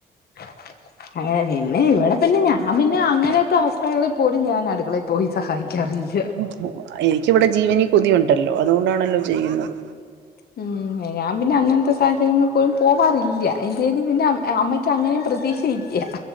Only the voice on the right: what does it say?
ആഹ് എനിക്കിവിടെ ജീവനിൽ കൊതിയുണ്ടല്ലോ അതുകൊണ്ടാണല്ലോ ചെയ്യുന്നത്.